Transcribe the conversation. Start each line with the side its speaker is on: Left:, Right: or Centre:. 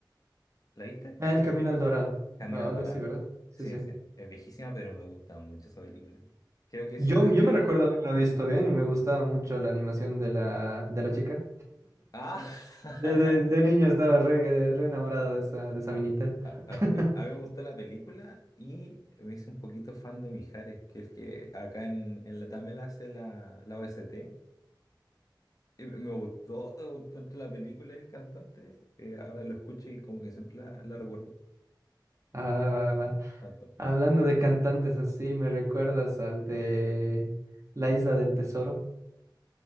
Left: ¿La viste?
Right: Ah, El Camino al Dorado,
Left: Camino
Right: va,
Left: al
Right: algo
Left: Dorado.
Right: así, ¿verdad? Sí,
Left: Sí,
Right: sí.
Left: sí, es viejísima, pero me gusta mucho esa película. Creo que
Right: Yo,
Left: siempre
Right: yo
Left: que
Right: me
Left: el...
Right: recuerdo haberla visto bien y me gustaba mucho la animación de la, de la chica.
Left: Ah, <laughs>
Right: De, de, de niño estaba re, re enamorado de esa, de esa minita.
Left: A,
Right: <laughs>
Left: me- a mí me gustó la película y me hice un poquito fan de Mijares, que es el que acá en, en Latam él hace la, la OST. Y me me gustó, me gustó entre la película y el cantante. eh, ahora lo escucho y como que siempre la, la recuerdo
Right: Ah, va, va.
Left: tanto.
Right: Hablando de cantantes así, ¿me recuerdas al de La Isla del Tesoro?